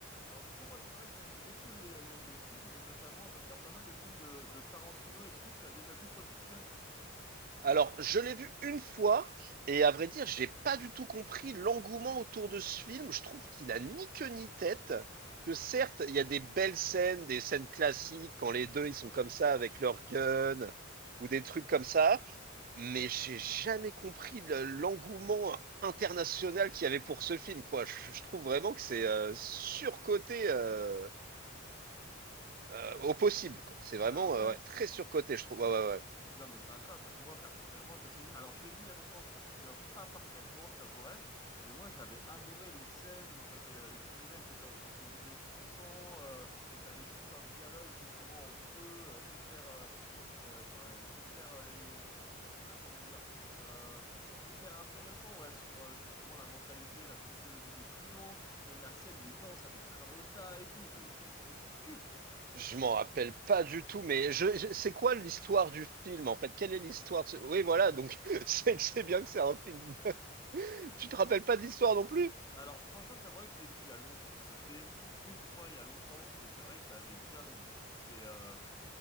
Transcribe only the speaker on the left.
Alors du coup, moi, c'est vrai que j'aime beaucoup les, les- les films, et notamment, je regarde pas mal de films de, de Tarantino. Est-ce que tu as déjà vu Pulp Fiction?
Ah ouais?
Non, mais c'est incroyable, parce que moi, personnellement, je sais... Alors, je l'ai vu il y a longtemps, je m'en souviens pas parfaitement, je t'avouerai, mais moi, j'avais adoré les scènes où t'avais avais les criminels qui étaient en train de se vider de son sang, euh, et t'avais tout un dialogue, justement, entre eux, euh, hyper... euh, euh, Enfin, hyper... euh, euh, comment dire, euh, hyper intéressant, ouais, sur euh, justement la mentalité, la psychologie des truands, même la scène où il danse avec Travolta et tout, j'ai- c'est c'est- c'est culte.
Alors franchement, je t'avouerai que je l'ai vu il y a longtemps. Je l'ai vu une fois il y a longtemps, mais c'est vrai que je l'avais bien aimé. Et euh,